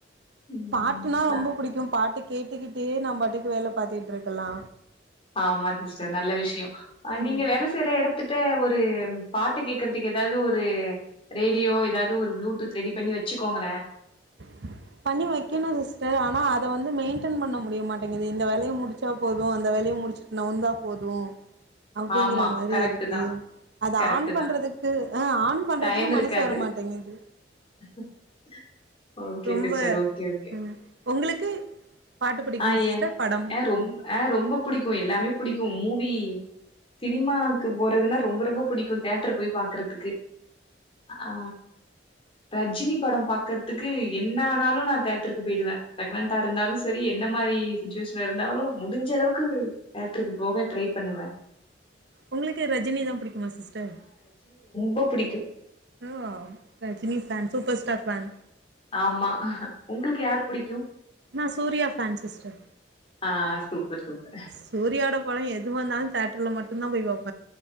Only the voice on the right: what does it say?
பாட்டுனா ரொம்ப
புடிக்கு பாட்டு கேட்டுக்கிட்டு நம் பாட்டுக்கு வேல பாத்துகுட்ருக்கலா
ஆமா
<inaudible> பண்ணி வைக்கணு சிஸ்டர் ஆனா அத வந்து மெயின்டென் பண்ண முடிய மாட்டேங்குது இந்த வேலைய முடிச்சா போது இந்த வே லைய முடிச்சுட்டு நவுந்தா போது அப்டிங்கிற
மாரி
இருக்கு
அது
ஆன் பண்றதுக்கு
ஆ ஆன் பண்றதுக்கு
மனசு வரமாட்டேங்குது
ரொம்ப
ம் உங்களுக்கு பாட்டு புடிக்குமா
சிஸ்டர்
படம்
உங்களுக்கு ரஜினிதா புடிக்குமா சிஸ்டர்
அ ரஜினி ஃபேன் சுப்பர்ஸ்டார் ஃபேன்
நா சூர்யா ஃபேன் சிஸ்டர்
சூரியோட படோ எது வந்தாலு தேட்டர்ல மட்டுந்தா போய் பாப்